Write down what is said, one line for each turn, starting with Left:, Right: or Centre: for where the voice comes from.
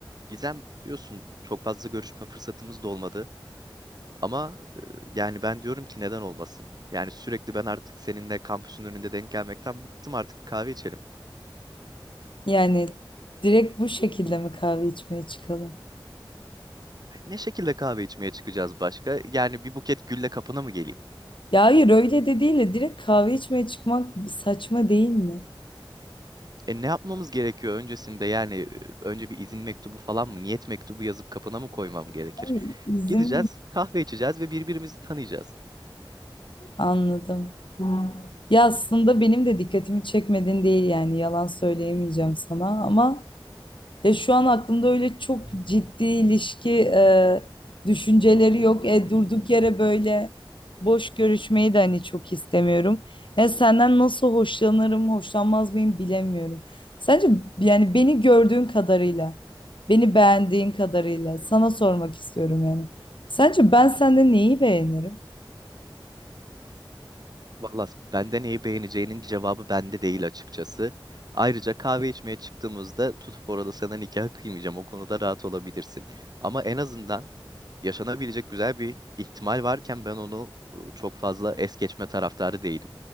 Right: Gizem biliyorsun çok fazla görüşme fırsatımız da olmadı ama e, yani ben diyorum ki neden olmasın? Yani sürekli ben artık seninle kampüsün önünde denk gelmekten bıktım artık bir kahve içelim.
Left: Yani direkt bu şekilde mi kahve içmeye çıkalım?
Right: E, Ne şekilde kahve içmeye çıkacağız başka? Yani bir buket gülle kapına mı geleyim?
Left: Ya hayır öyle de değil de direkt kahve içmeye çıkmak saçma değil mi?
Right: E ne yapmamız gerekiyor öncesinde yani e, önce bir izin mektubu falan mı niyet mektubu yazıp kapına mı koymam gerekir?
Left: Hayır, izin
Right: Gideceğiz, kahve içeceğiz ve birbirimizi tanıyacağız.
Left: anladım. Ya aslında benim de dikkatimi çekmedin değil yani yalan söyleyemeyeceğim sana ama Ya şu an aklımda öyle çok ciddi ilişki e, düşünceleri yok. E, durduk yere böyle boş görüşmeyi de hani çok istemiyorum. Ya senden nasıl hoşlanırım, hoşlanmaz mıyım bilemiyorum. Sence yani beni gördüğün kadarıyla, beni beğendiğin kadarıyla sana sormak istiyorum yani. Sence ben sende neyi beğenirim?
Right: Vallahi bende neyi beğeneceğinin cevabı bende değil açıkçası. Ayrıca kahve içmeye çıktığımızda tutup orada sana nikah kıymayacağım. O konuda rahat olabilirsin. Ama en azından yaşanabilecek güzel bir ihtimal varken ben onu ıı, çok fazla es geçme taraftarı değilim.